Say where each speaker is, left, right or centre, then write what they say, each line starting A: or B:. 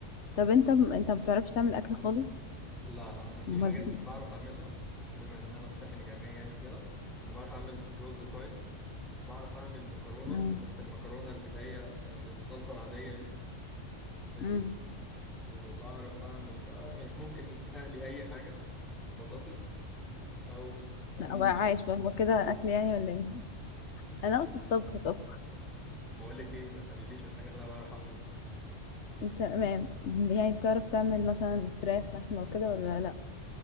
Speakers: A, on the left (about 65°); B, in the centre.
A: طب انت م... انت ما بتعرفش تعمل اكل خالص
B: لا لا انا في
A: امال
B: حاجات
A: بت-
B: بعرف اعملها بما ان انا في سكن جامعي يعني وكده انا بعرف اعمل رز كويس بعرف اعمل مكرونه
A: ماشي
B: بس المكرونه اللي هي آه، بالصلصه العاديه دي ماشي
A: مم.
B: وبعرف اعمل بقى يعني ممكن اقلي اي حاجه بطاطس او آه
A: لا
B: نجرس
A: بقى عايش بقى هو كده اكل يعني ولا ايه انا اقصد طبخ طبخ
B: بقول لك ايه ما تقلليش من الحاجات اللي انا بعرف اعملها
A: تمام يعني بتعرف تعمل مثلا فراخ لحمه وكده ولا لا